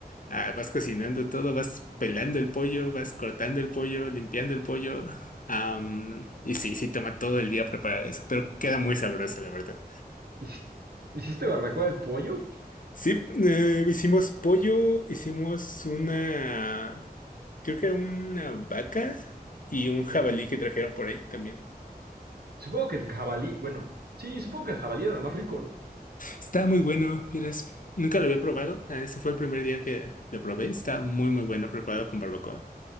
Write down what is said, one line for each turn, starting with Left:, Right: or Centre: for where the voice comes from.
Left: ah, vas cocinando todo, vas pelando el pollo, vas cortando el pollo, limpiando el pollo. am, y sí, sí toma todo el día preparar eso, pero queda muy sabroso, la verdad.
Right: ¿Hici- ¿Hiciste barbacoa de pollo?
Left: Sí, eh, hicimos pollo, hicimos una, creo que era una vaca y un jabalí
Right: O-
Left: que trajeron por ahí también.
Right: supongo que el jabalí, bueno, sí, supongo que el jabalí era lo más rico, ¿no?
Left: Está muy bueno, vieras. Nunca lo había probado. eh, Ese fue el primer día que lo probé. Está muy, muy bueno preparado con barbacoa.